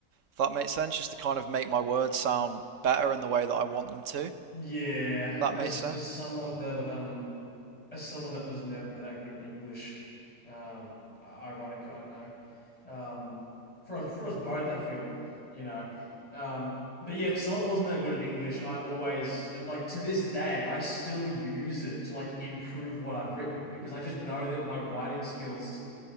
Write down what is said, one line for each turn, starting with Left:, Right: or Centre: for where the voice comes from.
Right: If that makes sense, just to kind of make my words sound better in the way that I want them to.
Left: Yeah.
Right: That
Left: As
Right: makes sense?
Left: as someone that um as someone that was never that good at English, um ironic, I know. um, for for us both, I feel, you know. Um, but yeah, someone that wasn't that good at English, I always and like to this day, I still use it to like improve what I've written because I just know that my writing skills,